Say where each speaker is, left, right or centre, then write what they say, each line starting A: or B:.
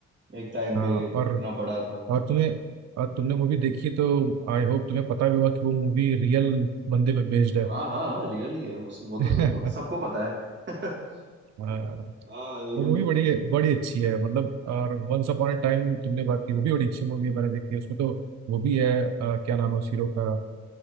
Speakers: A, on the right; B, on the right.
A: एक टाइम
B: हाँ
A: पे इतना
B: और
A: बड़ा था
B: और तुम्हें और तुमने मूवी देखी तो आई होप तुम्हें पता भी होगा कि वो मूवी रियल बंदे पे बेस्ड
A: हाँ हाँ हाँ, रियली है उस, वो तो
B: है
A: वो तो
B: <laughs>
A: सबको पता है <laughs>
B: आ,
A: हाँ लेकिन
B: वो मूवी बड़ी बड़ी अच्छी है मतलब और वंस अपॉन अ टाइम तुमने बात की वो भी बड़ी अच्छी मूवी है मैंने देखी है उसमें तो वो भी है आ, क्या नाम है उस हीरो का